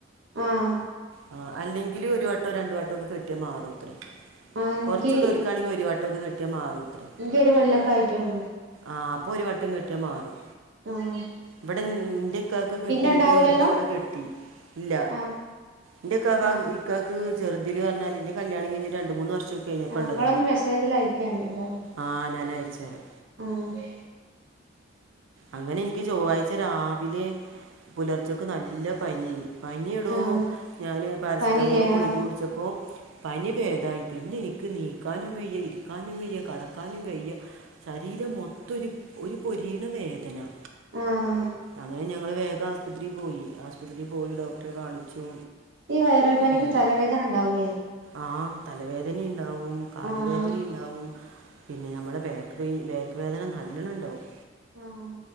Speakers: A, on the right; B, on the right.
A: ആഹ്
B: ആ, അല്ലെങ്കിൽ ഒരു വട്ടോ രണ്ടു വട്ടോ ഒന്ന് കെട്ടിയാൽ മാറും അത്രേ
A: ആഹ് എനിക്ക്
B: കൊറച്ചുള്ളോര് ആണെങ്കിൽ ഒരു വട്ടമക്കെട്ടിയാ മാറും അത്രേ.
A: ബനിക്കൊരു കൊല്ലൊക്കെ ആയിട്ടേ ഒള്ളൂ.
B: ആഹ്, അപ്പൊ ഒരു വട്ടം കെട്ടിയാ മാറും.
A: ആഹ്
B: ഇവിടെ ഇന്റെ ഇക്കാക്ക് കെട്ടിയിട്ട്
A: പിന്നെ ഉണ്ടാവൂലല്ലോ
B: ഒരു തവണ കെട്ടി ഇല്ല.
A: ആഹ്
B: എന്റെക്കാകാക്ക്
A: ആഹ്
B: ഇക്കക്ക് ചെറുതില് പറഞ്ഞാല് എന്റെ കല്യാണം കഴിഞ്ഞ്ട്ട് രണ്ട് മൂന്ന് വർഷക്കെ കഴിഞ്ഞപ്പം
A: ആഹ്
B: ഇള്ളാതാ
A: ഇങ്ങളൊന്ന് മെസ്സേജിൽ അയക്കേണ്ടി എന്താന്ന്.
B: ആ ഞാന് അയച്ച് തരാ
A: ആഹ്
B: അങ്ങനെ എനിക്ക് ചൊവ്വാഴ്ച്ച രാവിലെ പുലർച്ചക്ക് നല്ല പനി ഏയ്നി പനിയെടോ,
A: ആഹ്
B: ഞാാന് പാരസെറ്റാമോള്
A: പനില്ലേ
B: കുളിക
A: ആഹ്
B: കുടിച്ചപ്പോ പനി ഭേദായി, പിന്നെ എനിക്ക് നീക്കാനും വയ്യ ഇരിക്കാനും വയ്യ കടക്കാനും വയ്യ. ശരീരം മൊത്തൊരു ഒരു പൊരിണ വേ നോ
A: ആഹ്
B: അങ്ങനെ ഞങ്ങള് വേഗാ ശുപത്രി പോയി ആശുപത്രി പോയി ഡോക്ട്ടേ കാണിച്ചു
A: ഈ വൈറൽ പനിക്ക്
B: എന്നിട്ട്
A: തലവേദന ഉണ്ടാവൂലേ
B: ആ തലവേദനിണ്ടാവും കാലുവേദനിണ്ടാവും
A: ആഹ്
B: പിന്നെ നമ്മളെ ബാക്ക് പെയിൻ ബേക്ക് വേദന നല്ലണംണ്ടാവും
A: ആഹ്